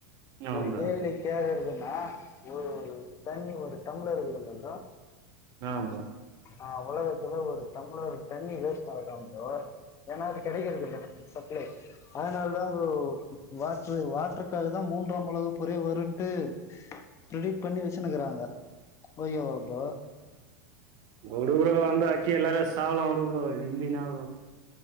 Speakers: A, on the right (about 50°); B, on the left (about 30°).
A: ஆமா
B: ஒரு
A: ப்ரோ
B: கேள்வி கேக்கற்துனா ஒரு ஒரு தண்ணி ஒரு டம்ளர் இருக்குதுல ப்ரோ
A: ஆ ப்ரோ
B: ஆ உலகத்துல ஒரு டம்ளரு தண்ணி வேஸ்ட் ஆகுதா ப்ரோ ஏனா அது கெடைக்கறதில்ல சப்ளை அதனால்தா ப்ரோ வாட்ரு வாட்ருக்காக தா மூன் றாம் உலகப் போரே வருன்ட்டு பிரெடிட் பண்ணி வச்சுன்னுக்கிறாங்க ஓகே வா ப்ரோ
A: உடு ப்ரோ வந்து அட்ச்சி எல்லாரு சாவலா உடு ப்ரோ இருந்தி இன்னாவ ப்ரோ